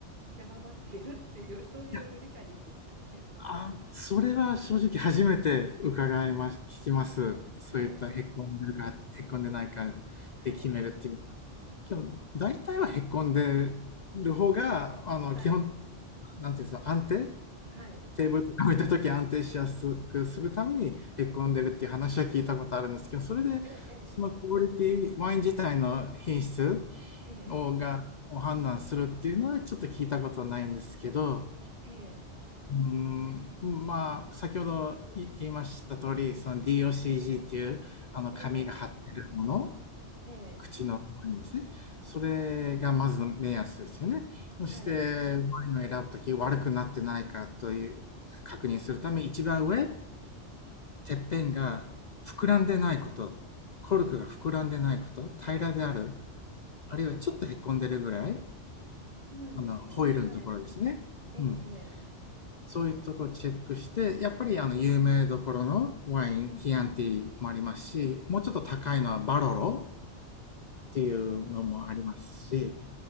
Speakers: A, on the right; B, on the left.
A: 出回っているっていう、そういう理解でいいんですかね。
B: や、あ、それは正直初めて伺います、聞きます。そういったへっこんでるか、
A: <laughs> はい、
B: へっこんでないか
A: はい、
B: で決めるっていう。でも、大体はへっこんでる方が、あの、
A: はい、
B: 基本、なんていうんですか、安定
A: はい。
B: テーブルとか置いた時安定しやすくするためにへっこんでるっていう話は聞いたことあるんですけど、それで、
A: ええ、
B: そのクオリティ、ワイン自体の品質
A: ええ。
B: を、
A: ええ
B: が、を判断するっていうのはちょっと聞いたことはないんですけど、
A: ええ、
B: うーん、まあ、先ほどい言いました通り、その DOCG っていう、あの、紙が貼ってるもの、
A: ええ、ええ、
B: 口のところにですね、それがまずの目安ですよね。そして、
A: はい。
B: ワインを選ぶとき、悪くなってないかという、確認するため、一番上、てっぺんが膨らんでないこと、コルクが膨らんでないこと、平らである、あるいはちょっとへっこんでるぐらい、
A: そうなんですね。
B: あの、ホイールのところですね。
A: はい。ええ、
B: うん。
A: ええ、
B: そういうところをチェックして、やっぱりあの有名どころのワイン、キアンティもありますし、もうちょっと高いのはバロロっていうのもありますし、
A: バロロ。